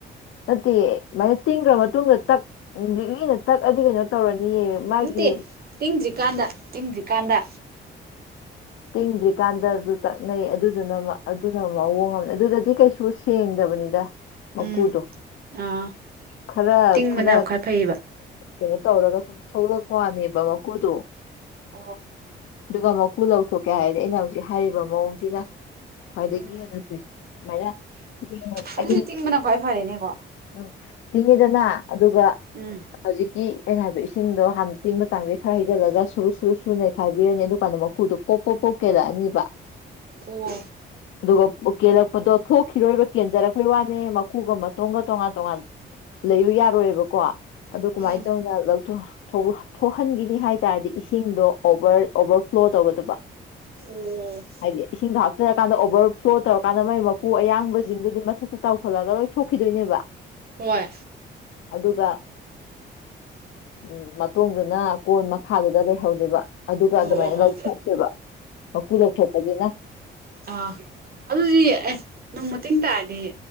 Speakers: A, on the left; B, on the right.
A: ꯅꯠꯇꯦ ꯑꯗꯨꯃꯥꯏꯅ ꯇꯤꯡꯈ꯭ꯔ ꯃꯇꯨꯡꯗ ꯇꯛ ꯂꯤꯛꯂꯤꯅ ꯇꯛꯑꯗꯤ ꯀꯩꯅꯣ ꯇꯧꯔꯅꯤꯌꯦ ꯃꯥꯒꯤ
B: ꯅꯠꯇꯦ ꯇꯤꯡꯗ꯭ꯔꯤꯀꯥꯟꯗ ꯇꯤꯡꯗ꯭ꯔꯤꯀꯥꯟꯗ
A: ꯇꯤꯡꯗ꯭ꯔꯤꯀꯥꯟꯗ ꯑꯗꯨ ꯇꯛꯅꯩ ꯑꯗꯨꯗꯨꯅ ꯑꯗꯨꯅ ꯃꯑꯣꯡ ꯑꯃ ꯑꯗꯨꯗꯗꯤ ꯀꯩꯁꯨ ꯁꯦꯡꯗꯕꯅꯤꯗ ꯃꯀꯨꯗꯣ
B: ꯎꯝ ꯑꯥ
A: ꯈꯔ
B: ꯇꯤꯡꯕꯅ
A: ꯈꯔ
B: ꯈ꯭ꯋꯥꯏ ꯐꯩꯌꯦꯕ
A: ꯀꯩꯅꯣ ꯇꯧꯔꯒ ꯁꯨꯝ ꯊꯣꯛꯂꯛꯄ ꯋꯥꯅꯦꯕ ꯃꯈꯨꯗꯣ
B: ꯑꯣ
A: ꯑꯗꯨꯒ ꯃꯀꯨ ꯂꯧꯊꯣꯛꯀꯦ ꯍꯥꯏꯔꯗꯤ ꯑꯩꯅ ꯍꯧꯖꯤꯛ ꯍꯥꯏꯔꯤꯕ ꯃꯑꯣꯡꯁꯤꯅ ꯈ꯭ꯋꯥꯏꯗꯒꯤ
B: ꯎꯝ
A: ꯍꯦꯟꯅ ꯐꯏ ꯁꯨꯃꯥꯏꯅ ꯏ
B: ꯑꯗꯨꯗꯤ
A: ꯑꯍꯤꯡ
B: ꯇꯤꯡꯕꯅ ꯈ꯭ꯋꯥꯏ ꯐꯔꯦꯅꯦꯀꯣ
A: ꯎꯝ ꯇꯤꯡꯉꯤꯗꯅ ꯑꯗꯨꯒ
B: ꯎꯝ
A: ꯍꯧꯖꯤꯛꯀꯤ ꯑꯩꯅ ꯍꯥꯏꯕ ꯏꯁꯤꯡꯗꯣ ꯍꯥꯟꯅ ꯇꯤꯡꯕ ꯆꯥꯡꯁꯩ ꯈꯔ ꯍꯩꯖꯤꯜꯂꯒ ꯁꯨꯔꯨꯞ ꯁꯨꯔꯠ ꯁꯨꯔꯨ ꯅꯩꯈꯥꯏꯕꯤꯔꯅꯤ ꯑꯗꯨꯀꯥꯟꯗ ꯃꯀꯨꯗꯨꯣ ꯄꯣꯛꯄꯣ ꯄꯣꯛꯀꯦꯔꯑꯅꯤꯕ
B: ꯑꯣ
A: ꯑꯗꯨꯒ ꯀꯦꯜꯂꯛꯄꯗꯣ ꯊꯣꯛꯈꯤꯔꯣꯏꯕ ꯀꯦꯟꯖꯔꯛꯄꯩ ꯋꯥꯅꯦ ꯃꯀꯨꯒ ꯃꯇꯣꯟꯒ ꯇꯣꯉꯥꯟ ꯇꯣꯉꯥꯟ ꯂꯩꯕ ꯌꯥꯔꯣꯏꯕꯀꯣ ꯑꯗꯨ ꯀꯃꯥꯏꯅ
B: ꯎꯝ
A: ꯇꯧꯅ ꯂꯧ ꯊꯣꯛꯍꯟꯈꯤꯅꯤ ꯍꯥꯏ ꯇꯥꯔꯗꯤ ꯏꯁꯤꯡꯗꯣ ꯑꯣꯚꯔ ꯑꯣꯕꯔꯐ꯭ꯂꯣ ꯇꯧꯒꯗꯕ
B: ꯑꯣ
A: ꯍꯥꯏꯗꯤ ꯏꯁꯤꯡꯗꯣ ꯍꯥꯞꯆꯔꯀꯥꯟꯗ ꯑꯣꯕꯔ ꯐ꯭ꯂꯣ ꯇꯧꯔꯀꯥꯟꯗ ꯃꯒꯤ ꯃꯀꯨ ꯑꯌꯥꯡꯕꯁꯤꯡꯗꯨꯗꯤ ꯃꯊꯛꯇ ꯇꯧꯈꯠꯂꯒ ꯂꯣꯏ ꯊꯣꯛꯈꯤꯗꯣꯏꯅꯦꯕ
B: ꯍꯣꯏ
A: ꯑꯗꯨꯒ ꯎꯝ ꯃꯇꯣꯡꯗꯨꯅ ꯀꯣꯟ ꯃꯈꯥꯗꯨꯗ ꯂꯩꯍꯧꯗꯕ ꯑꯗꯨꯒ ꯑꯗꯨꯃꯥꯏꯅ
B: ꯑꯣ ꯑꯣ
A: ꯂꯧꯊꯣꯛꯇꯦꯕ
B: ꯑꯣ
A: ꯃꯀꯨ ꯂꯧꯊꯣꯛꯄꯒꯤꯅ
B: ꯑ ꯑꯗꯨꯗꯤ ꯑꯦ ꯅꯪ ꯃꯇꯦꯡ ꯇꯥꯔꯗꯤ